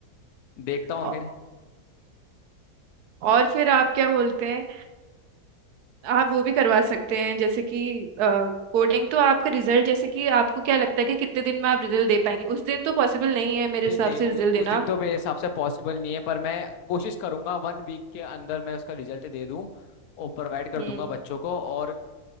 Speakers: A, on the left (about 75°); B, on the right (about 85°).
A: देखता हूँ
B: औ-
A: फिर
B: और फिर आप क्या बोलते हैं आप वो भी करवा सकते हैं जैसे कि कोडिंग तो आपका रिजल्ट जैसे कि आपको क्या लगता है कि कितने दिन में आप रिजल्ट दे पाएंगे उस दिन तो पॉसिबल नहीं है मेरे
A: नहीं
B: हिसाब
A: नहीं उ,
B: से रिजल्ट
A: उस
B: देना
A: दिन तो मेरे हिसाब से पॉसिबल नहीं है पर मैं कोशिश करूंगा वन वीक के अंदर मैं उसका रिजल्ट दे दूं और प्रोवाइड कर
B: हम्म
A: दूंगा बच्चों को और